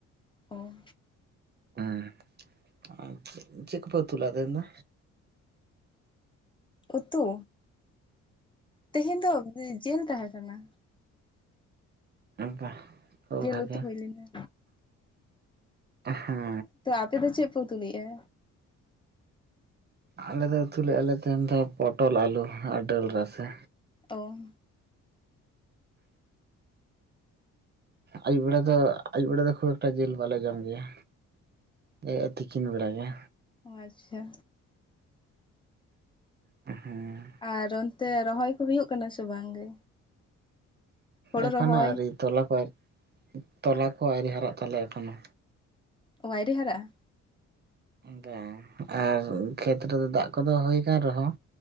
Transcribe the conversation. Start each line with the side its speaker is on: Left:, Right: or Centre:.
Left: ᱚ᱾
Right: ᱩᱸ ᱟ ᱪᱮᱫ ᱠᱚᱯᱮ ᱩᱛᱩ ᱞᱟᱜᱼᱟ ᱛᱮᱦᱮᱧ ᱫᱚ?
Left: ᱩᱛᱩ? ᱛᱮᱦᱮᱧ ᱫᱚ ᱡᱮᱞ ᱛᱟᱦᱮᱸ ᱠᱟᱱᱟ᱾
Right: ᱵᱟᱦ ᱠᱷᱩᱵ
Left: ᱡᱤᱞ
Right: ᱵᱷᱟᱜᱤ
Left: ᱩᱛᱩ ᱦᱩᱭ ᱞᱮᱱᱟ
Right: ᱦᱩ᱾
Left: ᱛᱚ ᱟᱯᱮ ᱫᱚ ᱪᱮᱫ ᱯᱮ ᱩᱛᱩ ᱞᱮᱜᱼᱟ?
Right: ᱟᱞᱮ ᱫᱚ ᱩᱛᱩ ᱞᱮᱜᱼᱟᱞᱮ ᱛᱮᱦᱮᱱ ᱫᱚ ᱯᱚᱴᱚᱞ ᱟᱞᱩ ᱟᱨ ᱰᱟᱹᱞ ᱨᱟᱥᱮ᱾
Left: ᱚ᱾
Right: ᱟᱹᱭᱩᱵ ᱵᱮᱲᱟ ᱫᱚ ᱟᱹᱭᱩᱵ ᱵᱮᱲᱟ ᱫᱚ ᱠᱷᱩᱵ ᱮᱠᱴᱟ ᱡᱤᱞ ᱵᱟᱞᱮ ᱡᱚᱢ ᱜᱮᱭᱟ᱾ ᱮᱸ ᱛᱤᱠᱤᱱ ᱵᱮᱲᱟ ᱜᱮ᱾
Left: ᱚ ᱟᱪᱪᱷᱟ᱾
Right: ᱦᱩᱸ
Left: ᱟᱨ ᱚᱱᱛᱮ ᱨᱚᱦᱚᱭ ᱠᱚ ᱦᱩᱭᱩᱜ ᱠᱟᱱᱟ ᱥᱮ ᱵᱟᱝ ᱜᱮ? ᱦᱳᱲᱳ
Right: ᱮᱠᱷᱚᱱᱚ
Left: ᱨᱚᱦᱚᱭ
Right: ᱟᱹᱣᱨᱤ ᱛᱚᱞᱟ ᱠᱚ ᱛᱚᱞᱟ ᱠᱚ ᱟᱹᱣᱨᱤ ᱦᱟᱨᱟᱜ ᱛᱟᱞᱮᱭᱟ ᱮᱠᱷᱚᱱᱳ᱾
Left: ᱚ ᱟᱭᱨᱤ ᱦᱟᱨᱟᱜᱼᱟ᱾
Right: ᱫᱟ ᱟᱨ ᱠᱷᱮᱛ ᱨᱮᱫᱚ ᱫᱟᱜᱽ ᱠᱚᱫᱚ ᱦᱩᱭ ᱟᱠᱟᱱ ᱨᱮᱦᱚᱸ